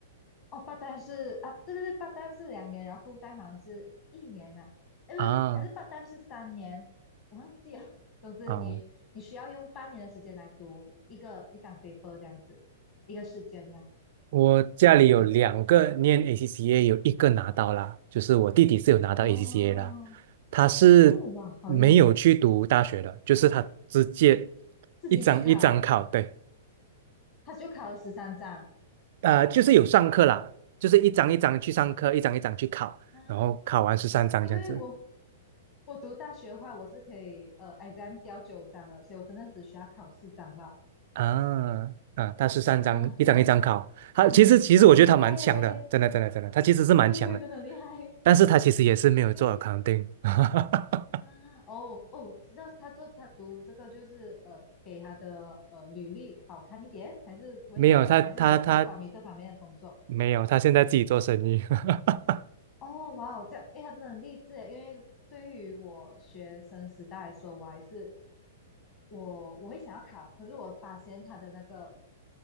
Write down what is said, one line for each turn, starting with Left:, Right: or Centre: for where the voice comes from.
Left: 哦 p a 是啊，对对对 p a 是两年，然后 f u 好像是一年啊，哎不是，
Right: 啊？
Left: 还是 p a 是三年，我忘记了。总之你你需要用半年的时间来读一个一张
Right: 啊，
Left: paper 这样子，一个试卷这样。
Right: 我家里有两个念
Left: 对，
Right: ACCA，有一个拿到啦，就是我弟弟是有拿到
Left: 哦
Right: ACCA 啦，他是没有去读大学的，
Left: 哦哇，好厉害，
Right: 就是他直接
Left: 自己去考，
Right: 一张一张考，对，
Left: 他就考了十三张。
Right: 呃，就是有上课啦，就是一张一张去上课，一张一张去考，
Left: 啊，
Right: 然后考完十三张这样子
Left: 因为我我读大学的话，我是可以呃 exam 掉九张了，所以我真的只需要考四张吧。
Right: 啊啊，他十三张一张一张考，
Left: 啊，对，
Right: 他其实其实我觉得他蛮强的，
Left: 哇，很厉害耶！
Right: 真的真的真的，他其实是蛮强的，
Left: 对对对，真的很厉害。
Right: 但是他其实也是没有做
Left: 因为
Right: accounting。<laughs>
Left: 啊，哦哦，知道他做他读这个就是呃给他的呃履历好看一点，还是为了什么？
Right: 没有，他他他
Left: 还是还有做关于这方面的工作？
Right: 没有，他现在自己做生意。<laughs>
Left: 哦，哇哦，这样，哎，他真的很励志诶，因为对于我学生时代来说，我还是我我会想要考，可是我发现他的那个